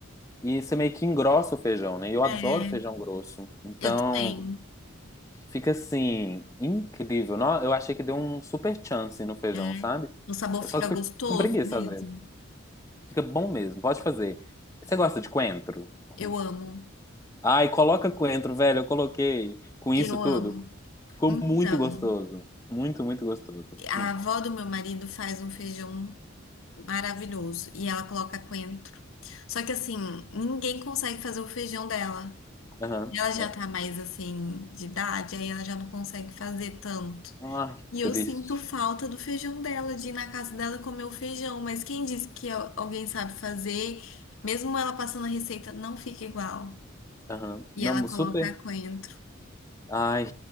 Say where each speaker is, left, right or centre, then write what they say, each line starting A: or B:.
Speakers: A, on the left (about 15°); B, on the left (about 90°).
A: e você meio que engrossa o feijão, né? E Eu adoro
B: É,
A: feijão grosso. Então,
B: Eu também.
A: fica assim, incrível. Nó- Eu achei que deu um super chance no feijão,
B: É.
A: sabe?
B: O sabor
A: É
B: fica
A: Só que
B: gostoso
A: fica com preguiça
B: mesmo.
A: às vezes. Fica bom mesmo, pode fazer. Você gosta de coentro?
B: Eu
A: Hum.
B: amo.
A: Ai, coloca coentro, velho. Eu coloquei com
B: Eu
A: isso tudo.
B: amo.
A: Ficou
B: Então,
A: muito gostoso. Muito, muito gostoso.
B: a
A: Hum.
B: avó do meu marido faz um feijão maravilhoso e ela coloca coentro. Só que assim, ninguém consegue fazer o feijão dela.
A: Aham.
B: Ela já
A: É.
B: tá mais assim de idade, aí ela já não consegue fazer tanto.
A: Ai,
B: E eu
A: triste.
B: sinto falta do feijão dela, de ir na casa dela comer o feijão. Mas quem disse que al- alguém sabe fazer, mesmo ela passando a receita, não fica igual.
A: Aham.
B: E
A: Não,
B: ela coloca
A: super.
B: coentro.
A: Ai,